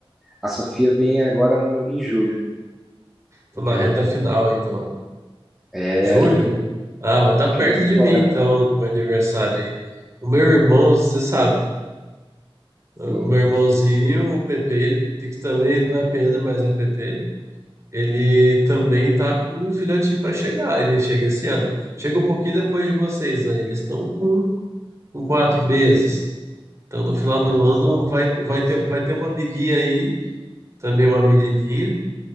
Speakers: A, in the centre; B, on the right.
A: a Sofia vem agora no- em julho.
B: Tô
A: Em
B: na
A: julho.
B: reta final, então.
A: É,
B: Julho? Ah, mas tá perto
A: julho
B: de
A: agora.
B: mim, então, meu aniversário aí. O meu irmão, você sabe, o
A: Sim,
B: meu irmãozinho,
A: sim.
B: o Pepe, ele, que também não é Pedro, mas é Pepe. ele também tá com um filhotinho para chegar. Ele chega esse ano. Chega um pouquinho depois de vocês, né? Eles estão com, com quatro meses. Então, no final
A: Olha
B: do ano,
A: só.
B: vai, vai ter, vai ter uma amiguinha aí, também uma menininha,